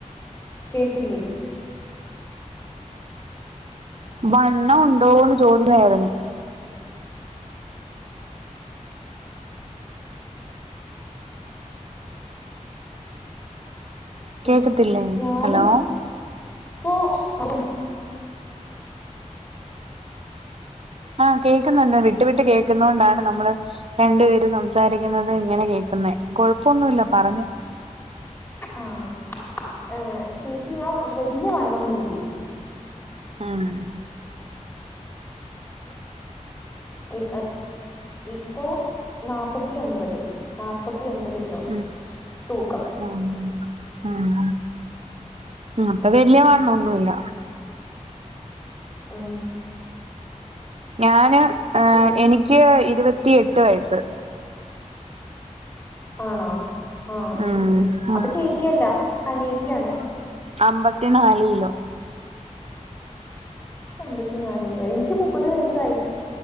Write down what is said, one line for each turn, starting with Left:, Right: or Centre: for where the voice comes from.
Left: കേട്ടില്ലേ
Right: വണ്ണം ഉണ്ടോന്ന് ചോദിക്കായിരുന്നു
Left: ഇല്ല
Right: കേക്കത്തില്ലേ
Left: ഞാന്
Right: ഹലോ
Left: ഇപ്പോ <unintelligible>
Right: ആഹ് കേക്കുന്നുണ്ട് വിട്ട് വിട്ട് കേക്കുന്നത് കൊണ്ടാണ് നമ്മള് രണ്ട് പേര് സംസാരിക്കുന്നത് ഇങ്ങനെ കേൾക്കുന്നെ കൊഴപ്പൊന്നുല്ല പറഞ്ഞോ
Left: ആഹ് ഏഹ് ചേച്ചി ഞാൻ വലിയ വണ്ണൊന്നുല്ല ചേച്ചി
Right: ആഹ്
Left: ഇ ഇപ്പോ നാപ്പത്തി ഒൻപത് നാപ്പത്തി ഒൻപത് കിലോ
Right: ഉം
Left: തൂക്കം
Right: ഉം ഉം അപ്പൊ വലിയ വണ്ണൊന്നുല്ല
Left: ആഹ്
Right: ഞാന് ഏ
Left: പിന്നെ
Right: എനിക്ക് ഇരുപത്തിയ എട്ട് വയസ്സ്
Left: ആണോ ആഹ്
Right: ഉം
Left: ശരി
Right: ഉം
Left: അപ്പൊ ചേച്ചിയല്ല അനിയത്തിയാണ്
Right: അമ്പത്തി നാൽകിലോ
Left: അമ്പത്തിനാലോ എനിക്ക് മുപ്പത് വയസ്സായി